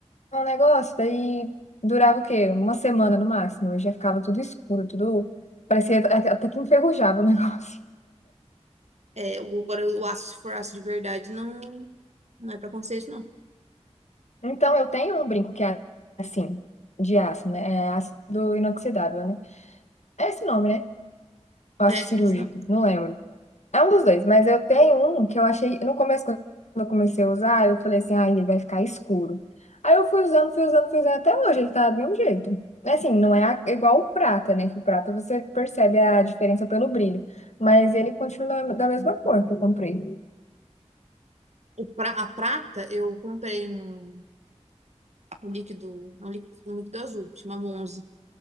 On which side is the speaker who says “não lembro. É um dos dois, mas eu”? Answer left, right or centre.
Left